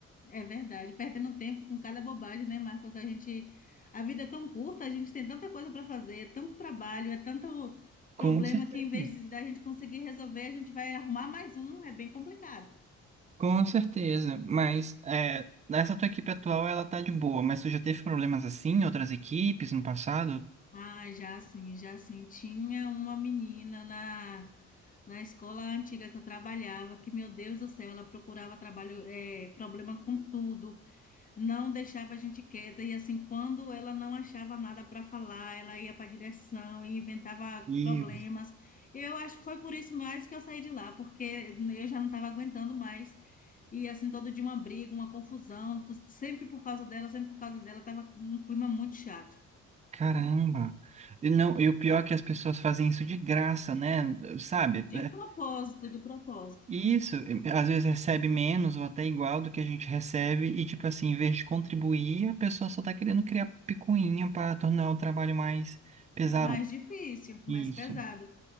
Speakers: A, on the left; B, on the right.
A: É verdade, perdendo tempo com cada bobagem, né, Marcos? A gente, a vida é tão curta, a gente tem tanta coisa para fazer, é tanto trabalho, é tanto problema
B: Com certeza,
A: que em vez de da gente conseguir resolver, a gente vai arrumar mais um, é bem complicado.
B: com certeza, mas é, essa tua equipe atual, ela tá de boa, mas tu já teve problemas assim em outras equipes no passado?
A: Ah, já sim, já sim. Tinha uma menina na, na escola antiga que eu trabalhava, que, meu Deus do céu, ela procurava trabalho, é, problema com tudo. não deixava a gente quieta e assim, quando ela não achava nada para falar, ela ia para a direção e inventava
B: E,
A: problemas. Eu acho que foi por isso mais que eu saí de lá, porque eu já não estava aguentando mais. E assim, todo dia uma briga, uma confusão, tu- sempre por causa dela, sempre por causa dela, tava um clima muito chato.
B: caramba. E não, e o pior é que as pessoas fazem isso de graça, né? Sabe?
A: De propósito, de propósito.
B: E Isso, eh, às vezes recebe menos ou até igual do que a gente recebe, e tipo assim, em vez de contribuir, a pessoa só tá querendo criar picuinha para tornar o trabalho mais pesaroso.
A: Mais difícil,
B: Isso.
A: mais pesado.